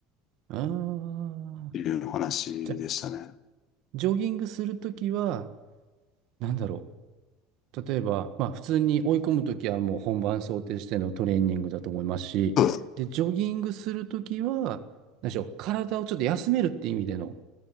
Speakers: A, on the right; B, on the left.
A: あー。
B: ていうお話でしたね。
A: じゃあ、ジョギングするときは、なんだろう。例えば、まあ、普通に追い込むときはもう本番想定してのトレーニングだと思いますし、
B: そうです。
A: で、ジョギングするときは、何でしょう、体をちょっと休めるっていう意味での